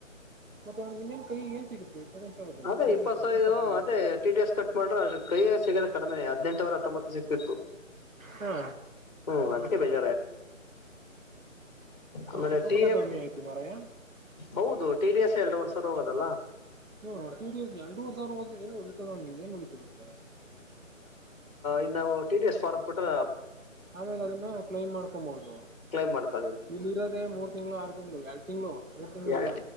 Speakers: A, on the right; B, on the left.
A: ಮತ್ತೆ ಅವನಿಗೆನ್ನೇನ್ ಕೈಗೆ ಸಿಗುತ್ತೆ ಇಪ್ಪತ್ತೈದು ಸಾವಿರದಲ್ಲಿ
B: ಅದೇ
A: ಟಿ
B: ಇಪ್ಪತ್
A: ಡಿ ಎಸ್
B: ಸಾವಿ
A: ಎಷ್ಟೋ
B: ಇದು
A: ಕಟ್ ಮಾಡಿದ್ರೆ
B: ಅದೇ ಟಿ ಡಿ ಎಸ್ ಕಟ್ ಮಾಡ್ರ ಕೈಯ ಸಿಗ್ರೆ ಕಡಿಮೆ ಹದಿನಂಟವರ ಹತ್ತೊಂಬತ್ತು ಸಿಕ್ತಿತ್ತು
A: ಹಾ
B: ಹ್ಮ ಅದಕ್ಕೆ ಭಜ ಆಮೇಲೆ
A: ಸಿಕ್ಕಾಪಟ್ಟೆ
B: ಟಿ ಎ
A: ಕಮ್ಮಿ ಆಯ್ತು ಮಾರಾಯ
B: ಹೌದು ಟಿ ಡಿ ಎಸ್ ಎರಡು ವರ್ಷ ಹೋಗೋದಲ್ಲ
A: ಇ ಎರಡು ವರ್ಷ ಸಾವರ ಹೋದ ಏನು ಉಳಿಕದಲ್ಲ ಏನ್ ಉಳಿಕರ್ ಮತ್ತ
B: ಇ ನಾವು ಟಿ ಡಿ ಎಸ್ ಫಾರ್ ಕೊಟ್ರ
A: ಆಮೇಲೆ ಅದನ್ನ ಕ್ಲೈಮ್ ಮಾಡ್ಕೊಬಹುದು
B: ಕ್ಲೈಮ್ ಮಾಡ್ಕೊಳ್ಳಿ ಅಂತ
A: ಇಲ್ಲಿ ಇರೋದೇ ಮೂರ್ ತಿಂಗಳು ಆರು ತಿಂಗಳು ಎರ ತಿಂಗಳು ಮೂರು ತಿಂಗಳು
B: ಎರಡ್
A: ಇಲ್ಲ